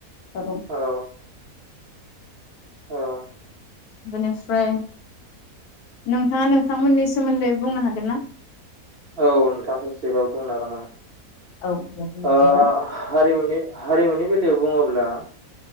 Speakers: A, on the left; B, on the right.
A: हागौ।
B: औ औ
A: बेनिफ्राय नोंथाङा नोंथांमोननि सोमोन्दै बुंनो हागोन ना?
B: औ नोंथां ससेबाबो बुंना होगोन आं।
A: औ दे बिदिब्ला
B: ओ हारिमुनि हारिमुनि बेलायाव बुङोब्ला